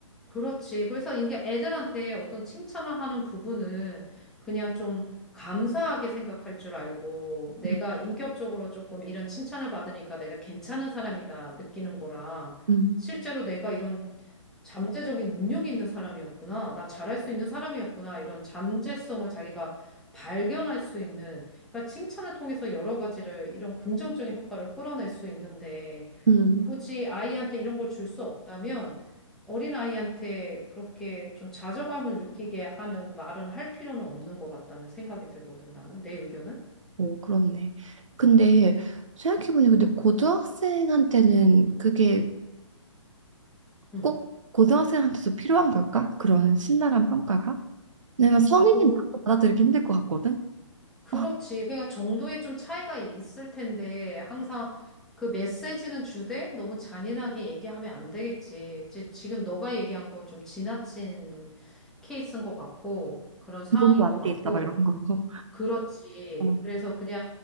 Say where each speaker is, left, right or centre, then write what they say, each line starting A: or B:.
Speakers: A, in the centre; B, on the right (about 75°).
A: 그렇지. 그래서 이게 애들한테 어떤 칭찬을 하는 부분은 그냥 좀 감사하게 생각할 줄 알고 내가
B: 음,
A: 인격적으로 조금 이런 칭찬을 받으니까 내가 괜찮은 사람이다 느끼는 거라
B: 음,
A: 실제로 내가 이런 잠재적인 능력이 있는 사람이었구나. 나 잘할 수 있는 사람이었구나. 이런 잠재성을 자기가 발견할 수 있는, 그러니까 칭찬을 통해서 여러 가지를 이런 긍정적인 효과를 끌어낼 수 있는데,
B: 음.
A: 굳이 아이한테 이런 걸 줄 수 없다면, 어린아이한테 그렇게 좀 좌절감을 느끼게 하는 말은 할 필요는 없는 것 같다는 생각이 들거든, 나는. 내 의견은?
B: 오, 그렇네. 근데 생각해보니 근데 고등학생한테는 그게
A: 응.
B: 꼭 고등학생한테도 필요한 걸까? 그런 신랄한 평가가? 왜냐면 성인이
A: 그,
B: 나도 받아들이기 힘들 것 같거든.
A: 그렇지.
B: 아,
A: 그러니까 정도의 좀 차이가 이- 있을 텐데 항상 그 메시지는 주되 너무 잔인하게 얘기하면 안 되겠지. 이제 지금 너가 얘기한 건 좀 지나친 케이스인 것 같고 그런 상황인
B: 기본도 안
A: 것 같고
B: 돼 있다 막 이런 거.
A: 그렇지.
B: 어,
A: 그래서 그냥